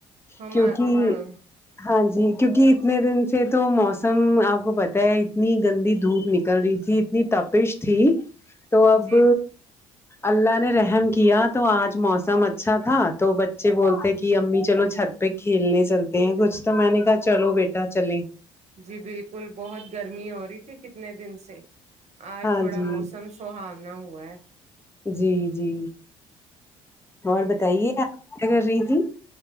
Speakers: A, on the right (about 45°); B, on the left (about 15°).
A: ہم
B: کیونکہ
A: ہاں
B: ہاں جی کیوںکہ اتنے دن سے تو موسم آپ کو پتہ ہے اتنی گندی دھوپ نک کل رہی تھی اتنی تپش تھی تو اب
A: جی
B: اللہ نے رحم کیا تو آج موسم اچھا تھا تو بچے بولتے کہ امی چلو چھت پہ کھیلنے چلتے ہیں کچھ تو میں نے کہا چلو بیٹا چلیں
A: جی بالکل بہت گرمی ہو رہی تھی کتنے دن سے آج
B: ہاں
A: تھوڑا
B: جی
A: موسم سہانا ہوا ہے
B: جی جی اور بتائیے آپ کیا کر رہی تھی